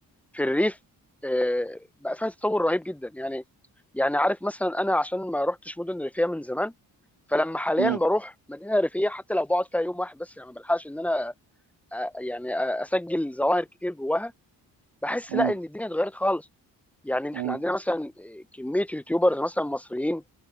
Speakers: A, in the centre; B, on the right.
A: في الريف آه، بقى فيها تطور رهيب جدا يعني يعني عارف مثلا انا عشان ما رحتش مدن ريفيه من زمان فلما حاليا
B: مم.
A: بروح مدينه ريفيه حتى لو بقعد فيها يوم واحد بس يعني ما بلحقش ان انا آه، آه، يعني آه، اسجل ظواهر كتير جواها بحس
B: مم.
A: لا ان الدنيا اتغيرت خالص يعني
B: مم.
A: احنا عندنا مثلا آه، كميه يوتيوبرز مثلا مصريين